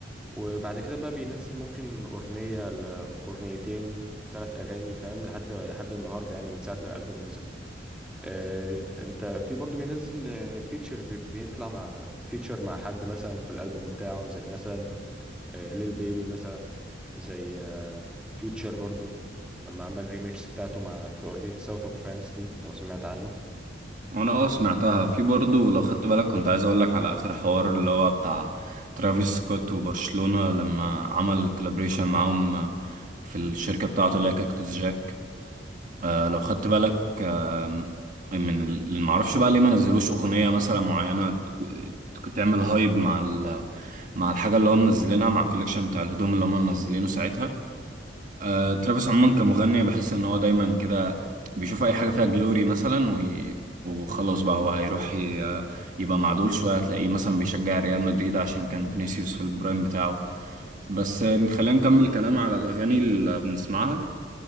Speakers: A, in the centre; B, on the right.
A: وبعد كده بقى بينزل ممكن أغنية لأغنيتين ثلاث أغاني فاهم لحد لحد النهاردة يعني من ساعة ما الألبوم نزل آه أنت في برضه بينزل فيتشرز بيطلع مع فيتشر مع حد مثلا في الألبوم بتاعه زي مثلا آه ليل بيبي مثلا زي آه فيوتشر برضه لما عمل ريميكس بتاعته مع في أغنية ساوث اوف فرانس دي لو سمعت عنه
B: وانا اه سمعتها في برضه لو خدت بالك كنت عايز اقول لك على اخر حوار اللي هو بتاع ترافيس سكوت وبرشلونة لما عمل كولابريشن معاهم في الشركة بتاعته اللي هي كاكتوس جاك آه لو خدت بالك آه من اللي معرفش بقى ليه ما نزلوش اغنية مثلا معينة تك- تك- تعمل هايب مع ال مع الحاجة اللي هم منزلينها مع الكوليكشن بتاع الهدوم اللي هم منزلينه ساعتها آه، ترافيس عموما كمغني بحس ان هو دايما كده بيشوف اي حاجه فيها جلوري مثلا وي... وخلاص بقى هو هيروح ي... يبقى مع دول شويه هتلاقيه مثلا بيشجع ريال مدريد عشان كان فينيسيوس في البرايم بتاعه بس آه، خلينا نكمل كلام على الاغاني اللي بنسمعها